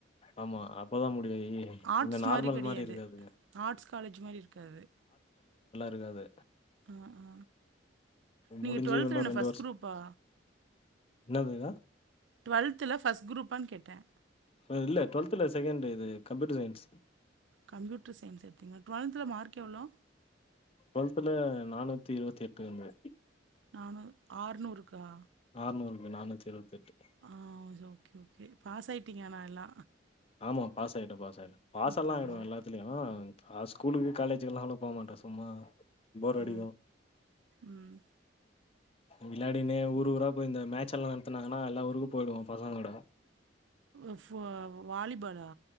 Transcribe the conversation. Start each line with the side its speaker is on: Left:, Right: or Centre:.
Left: ஆமா அப்பதா முடியு‌ இ
Right: ஆர்ட்ஸ்
Left: இந்த நார்மல்
Right: மாதிரி கிடையாது
Left: மாரி இருக்காதுங்க
Right: ஆர்ட்ஸ் காலேஜ் மாரி இருக்காது
Left: ருகாது
Right: ஆ ஆ நீங்க
Left: முடிஞ்சு இன்னு
Right: என்ன
Left: ரெண்டு
Right: ஃபர்ஸ்ட்
Left: வர்ஷ்
Right: குரூப்பா
Left: என்னதுகா
Right: டுவெல்த்துல ஃபர்ஸ்ட் க்ரூப்பான் கேட்ட
Left: சோ இல்ல டுவெல்த்ல செகண்ட் இது கம்பீட்ட சைன்ஸ்
Right: கம்ப்யூட்டர் சைன்ஸ் எடுத்தீங்ளா டுவெல்த்ல மார்க் எவ்ளோ
Left: டுவெல்தல நானூத்தி இருவத்தி எட்டு எந்து
Right: நானு ஆற்நூறுக்கா
Left: ஆற்நூறுக்கு நானூத்தி இருவத்தி எட்டு
Right: ஆ ஓகே ஓகே பாஸ் ஆய்ட்டீங்க ஆனா எல்லா
Left: ஆமா பாஸ் ஆயிட்டோ பாஸ் ஆயிட்டே பாஸ் எல்லா
Right: பரவாயில்ல
Left: ஆயிடுவே எல்லாத்துலயு ஆ ஸ்கூலுக்கு காலேஜ்க்குலா அவ்ளப் போ மாட்டே சும்மா போர் அடிக்கூ
Right: ஆ ம்
Left: விளாடினே ஊர் ஊரா போய் இந்த மேட்ச்செல்லா நடத்துனாங்கனா எல்லா ஊருக்கு போயிடுவோ பசங்களோட
Right: அஃப்வா வாலிபாலா